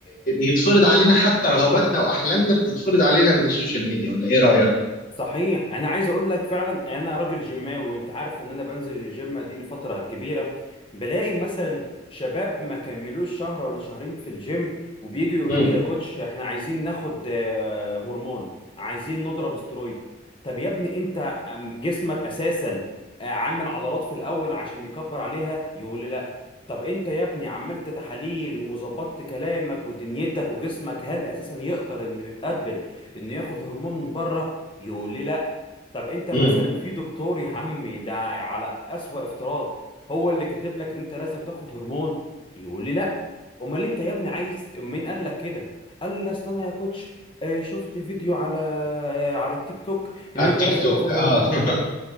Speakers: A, on the left; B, on the left.
A: يتفرض علينا حتى رغباتنا وأحلامنا بتتفرض علينا من السوشيال ميديا ولا إيه رأيك؟
B: صحيح انا عايز اقول لك فعلا انا راجل جيماوي وانت عارف ان انا بنزل الجيم دي لفتره كبيره بلاقي مثلا شباب ما كملوش شهر ولا شهرين في الجيم وبييجوا يقولوا
A: امم
B: لي يا كوتش احنا عايزين ناخد آه، هرمون عايزين نضرب استرويد طب يا ابني انت أم- جسمك اساسا آه، عامل عضلات في الاول عشان يكبر عليها يقول لي لا طب انت يا ابني عملت تحاليل وظبطت كلامك ودنيتك وجسمك هل اساسا يقدر انه يتقبل انه ياخد هرمون من بره يقول لي لا طب انت مثلا
A: امم
B: في دكتور يا عمي ده على اسوأ افتراض هو اللي كاتب لك ان انت لازم تاخد هرمون يقول لي لا امال انت يا ابني عايز مين قال لك كده قال لي اصل انا يا كوتش آه، شفت فيديو على آه، على التيك توك ان
A: على
B: انت
A: التيك
B: لازم
A: توك
B: تاخد
A: اه
B: هرمون
A: <laughs>